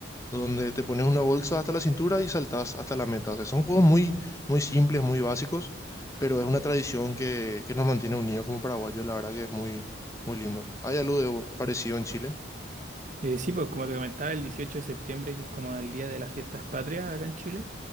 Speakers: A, on the left (about 15°); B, on the right (about 40°).
A: donde te pones una bolsa hasta la cintura y saltás hasta la meta. O sea, son juegos muy, muy simples, muy básicos, pero es una tradición que, que nos mantiene unidos como paraguayos, la verdad que es muy, muy lindo. Hay algo de- parecido en Chile.
B: Eh, sí, pues como te comentaba, el 18 de septiembre, que es como el día de las fiestas patrias acá en Chile,